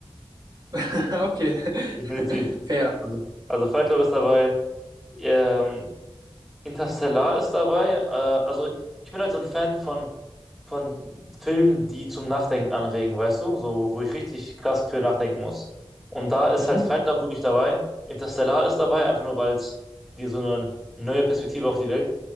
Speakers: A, on the right; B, in the centre.
A: <laughs> Okay.
B: Definitiv.
A: Fair.
B: Also, also Fight Club ist dabei, ähm, Interstellar ist dabei. Äh, also ich bin halt so ein Fan von, von Filmen, die zum Nachdenken anregen, weißt du? So, wo ich richtig krass für nachdenken muss. Und da ist
A: Mhm.
B: halt Fight Club wirklich dabei. Interstellar ist dabei, einfach nur, weil es dir so eine neue Perspektive auf die Welt